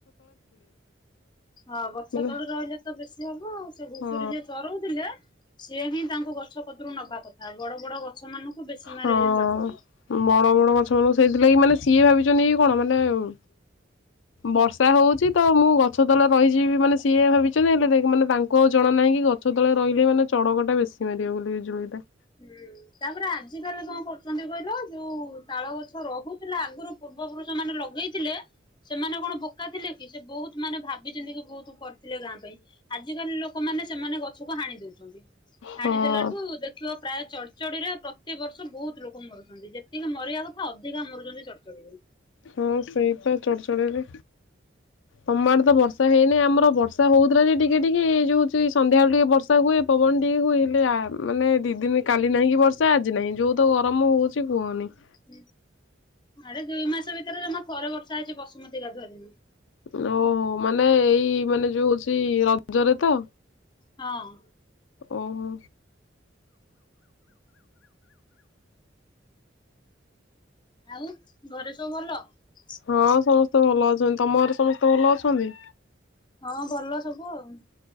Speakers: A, on the left; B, on the left.
A: ହଁ ଗଛ
B: ମାନେ
A: ତଳୁ ରହିଲେ ତ ବେଶୀ ହବ ଉ ସେ ଘୁଷୁରୀ
B: ହଁ
A: ଯିଏ ଚରଉଥିଲେ। ସିଏ ହିଁ ତାଙ୍କୁ ଗଛ କତରୁ ନବା । ଆ ବଡ ବଡ ଗଛ ମାନଙ୍କୁ ବେଶୀ ମାରେ
B: ହଁ
A: ଚଢଚଡି।
B: ବଡ ବଡ ଗଛ ଅ ମୁ ସେଇଥିଲାଗି ମାନେ ସିଏ ଭାବିଛନ୍ତି କି କଣ ମାନେ ଉଁ ବର୍ଷା ହଉଛି ତ ମୁଁ ଗଛ ତଳେ ରହିଯିବି ମାନେ ସିଏ ଭାବିଛନ୍ତି ହେଲେ ଦେ ମାନେ ତାଙ୍କୁ ଉ ଜଣା ନାହିଁ କି ଗଛ ତଳେ ରହିଲେ ମାନେ ଚଡକ ଟା ବେଶୀ ମାରିବ ବୋଲି ବିଜୁଳି ।
A: ହୁଁ ତାପରେ ଆଜିକାଲି କଣ କରୁଛନ୍ତି କହିଲ ଯୋଉ ତାଳ ଗଛ ରହୁଥିଲା ଆଗରୁ ପୂର୍ବପୁରୁଷ ମାନେ ଲଗେଇଥିଲେ ସେମାନେ କଣ ବୋକା ଥିଲେ କି ସେ ବହୁତ ମାନେ ଭାବିଛନ୍ତି କି ବହୁତ କରିଥିଲେ ଗାଁ ପାଇଁ କି ଆଜିକାଲି ଲୋକମାନେ ସେମାନେ ଗଛକୁ ହାଣି ଦଉଛନ୍ତି। ହାଣିଦେଲାଠୁ
B: ହଁ
A: ଦେ ପ୍ରାୟ ଚଢଚଡିରେ ପ୍ରତିବର୍ଷ ବହୁତ ଲୋକ ମରୁଛନ୍ତି ଯେତିକି ମରିବା କଥା ଅଧିକା ମରୁଚନ୍ତି ଚଡଚଡିରେ।
B: ହଁ ସେଇଟା ଚଡଚଡି ରେ ତମ ଆଡେ ତ ବର୍ଷା ହେଇନି ଆମର ବର୍ଷା ହଉଥିଲା ଯେ ଟିକେ ଟିକେ ଏଇ ଯୋଉ ହଉଛି ସନ୍ଧ୍ୟାବେଳ ଟିକେ ବର୍ଷା ହୁଏ ପବନ ଟିକେ ହୁଏ ହେଲେ ମାନେ ଦି ଦିନ କାଲି ନାହିଁ କି ବର୍ଷା ଆଜି ନାହିଁ ଯୋଉ ତ ଗରମ ହଉଚି କୁହନି ।
A: ହୁଁ ଆରେ ଦୁଇ ମାସ ଭିତରେ ଜମା ଥରେ ବର୍ଷା ହେଇଚି ବସୁମତୀ ଗାଧୁଆ ରୁ ।
B: ଲୋ ମା ନା ଏଇ ମାନେ ଯୋଉ । ଏଇ ରଜରେ ତ।
A: ହଁ ।
B: ଓ ହୋ।
A: ଆଉ ଘରେ ସବୁ ଭଲ ।
B: ହଁ ସମସ୍ତେ ଭଲ ଅଛନ୍ତି ତମ ଘରେ ସମସ୍ତେ ଭଲ ଅଛନ୍ତି।
A: ହଁ ଭଲ ସବୁ ଆଉ।